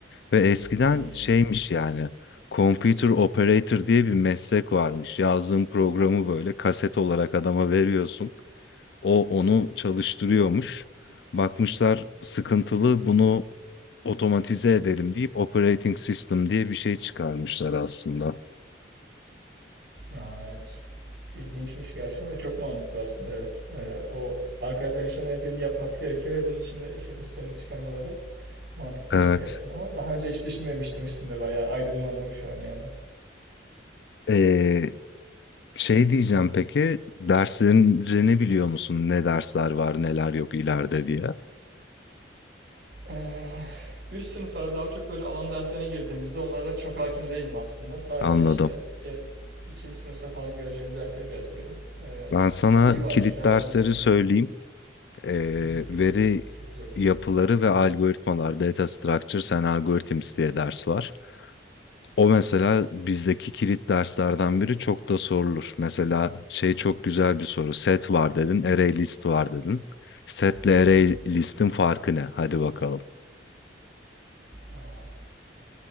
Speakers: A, on the left (about 60°); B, on the right (about 70°).
A: Ve eskiden
B: Hmm.
A: şeymiş yani computer operator diye bir meslek varmış. Yazdığın programı böyle kaset olarak adama veriyorsun. O onu çalıştırıyormuş. Bakmışlar sıkıntılı bunu otomatize edelim deyip operating system diye bir şey çıkarmışlar aslında.
B: Aa, evet. İlginçmiş gerçekten ve çok mantıklı aslında evet. Ee, o arkaya dön işlemlerinin birini yapması gerekiyor ve bunun için de işletim sistemini çıkarmaları mantıklıymış
A: Evet.
B: gerçekten ama daha önce hiç düşünmemiştim üstünde bayağı aydınlandım şu an yani.
A: Ee, şey diyeceğim peki derslerini biliyor musun? Ne dersler var neler yok ileride diye.
B: Eee, üst sınıflara daha çok böyle alan derslerine girdiğimizde onlara çok hakim değilim aslında. Sadece
A: Anladım.
B: işte gel, ikinci sınıfta falan göreceğimiz dersleri biraz biliyorum. Eee,
A: Ben sana
B: C var
A: kilit
B: Java'dan
A: dersleri
B: sonra.
A: söyleyeyim. Ee,
B: Hı hı,
A: veri
B: tabii. Çok güzel olur.
A: yapıları ve algoritmalar, data structures and algorithms diye ders var. O mesela bizdeki kilit derslerden biri çok da sorulur. Mesela şey çok güzel bir soru. Set var dedin, array list var dedin. Setle
B: Hı hı.
A: array listin farkı ne? Hadi bakalım.
B: Aa,